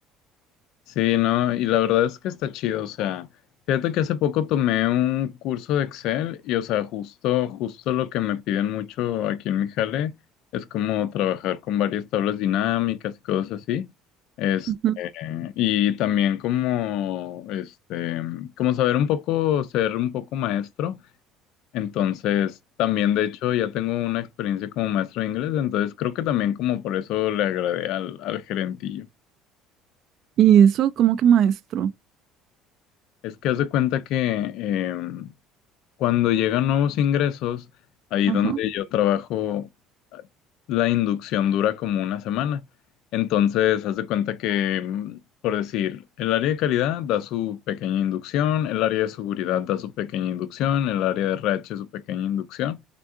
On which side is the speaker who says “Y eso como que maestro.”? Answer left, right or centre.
Right